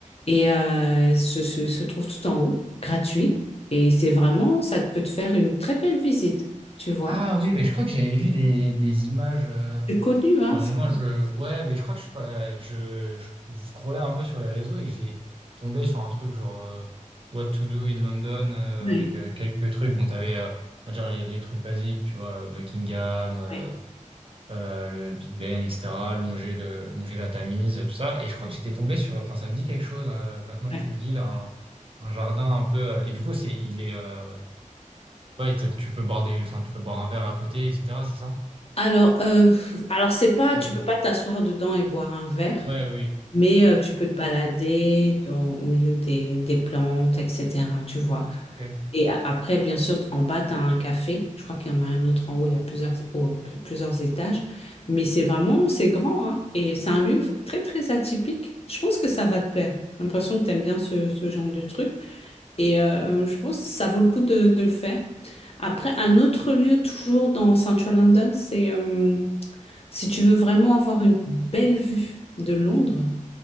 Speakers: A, on the left (about 50°); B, on the right (about 45°).
A: et euh, se, se- se trouve tout en haut, gratuit. Et c'est vraiment, ça peut te faire une très belle visite, tu vois.
B: Ah oui, mais je crois que j'avais vu des, des images. Euh...
A: C'est connu, hein.
B: À un
A: c'est-
B: moment, je... Ouais, mais je crois que je, suis pas- je, je scrollais un peu sur les réseaux et j'ai tombé sur un truc genre euh, What to do in London euh,
A: Ouais.
B: avec euh, quelques trucs. Bon, t'avais, euh, on va dire, les, les trucs basiques, tu vois, Buckingham, euh,
A: Ouais.
B: euh, le Big Ben, etc., longer le, longer la Tamise, tout ça. Et je crois que j'étais tombé sur, enfin, ça me dit quelque chose, hein, maintenant
A: Ouais.
B: que tu le dis, là, un, un jardin un peu, euh, et du coup, c'est, il est, euh, ouais, t'as- tu peux boire des, enfin, tu peux boire un verre à côté, etc., c'est ça?
A: Alors, euh, alors c'est pas,
B: Mm.
A: tu peux pas t'asseoir dedans et boire un verre.
B: Ouais, oui,
A: Mais euh, tu peux te balader dans- au milieu des, des plantes, etc. Tu vois.
B: ok.
A: Et a- après, bien sûr, en bas, tu as un café. Je crois qu'il y en a un autre en haut. Il y a plusieurs, au- pl- plusieurs étages. Mais c'est vraiment, c'est grand, hein. Et c'est un lieu très, très atypique. Je pense que ça va te plaire. J'ai l'impression que tu aimes bien ce, ce genre de truc. Et euh, je pense que ça vaut le coup de, de le faire. Après, un autre lieu, toujours dans Central London, c'est euh, si tu veux vraiment avoir une belle vue de Londres.